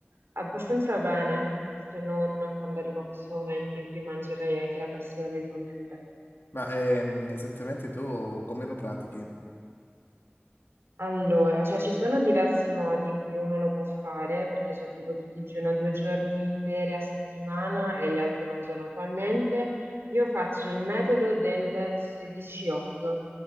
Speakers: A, on the right; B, on the left.
A: abbastanza bene, se non quando arrivo a questo momento in cui mangerei anche la tastiera del computer.
B: Ma ehm, esattamente tu come lo pratichi?
A: Allora, cioè ci sono diversi modi in cui uno lo può fare, perché c'è tipo chi digiuna due giorni interi a settimana e gli altri mangiano normalmente. Io faccio il metodo del 16-8,